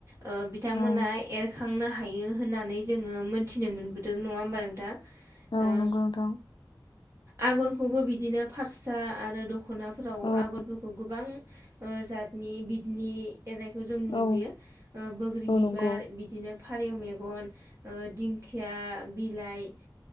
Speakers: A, on the right; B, on the left.
A: ओ बिथांमोना
B: औ
A: ए खांनो हायो होननानै जोङो मो मिथिनो मोनबोदों नङा होमबा नोंथां
B: औ
A: ओ
B: नंगौ नोंथां
A: आगरखौबो बिदिनो फारसा आरो दख दख'नाफोराव
B: औ
A: आगरफोरखौ गोबां जातनि बिदनि एरनायखौ जों नुबोयो
B: औ
A: बोग्रि
B: औ
A: बिबार
B: नंगौ
A: बिदिनो फारौ मेगन ओ दिंखिया बिलाइ